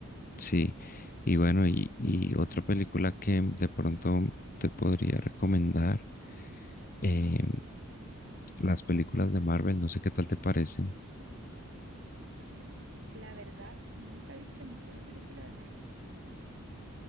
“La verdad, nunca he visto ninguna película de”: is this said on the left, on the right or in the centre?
Right